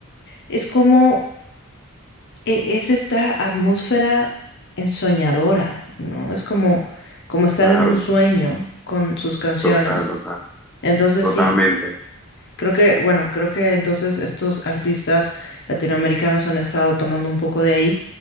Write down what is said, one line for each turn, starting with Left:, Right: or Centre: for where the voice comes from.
Left: es como, e- es esta atmósfera ensoñadora, ¿no? Es como, como estar
Centre: Claro.
Left: en un sueño con sus canciones.
Centre: Total, total,
Left: Entonces
Centre: totalmente.
Left: sí, creo que, bueno, creo que entonces estos artistas latinoamericanos han estado tomando un poco de ahí